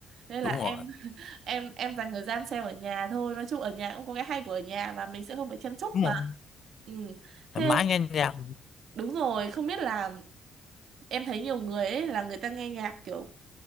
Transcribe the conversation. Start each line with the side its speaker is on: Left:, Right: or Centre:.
Right: nên
Left: đúng
Right: là em
Left: rồi
Right: <laughs> em em dành thời gian xem ở nhà thôi nói chung ở nhà cũng có cái hay của ở nhà mà mình sẽ không phải chen chúc
Left: đúng
Right: mà
Left: rồi
Right: ừ thế
Left: thoải mái ngang nhau
Right: đúng rồi không biết là em thấy nhiều người ấy là người ta nghe nhạc kiểu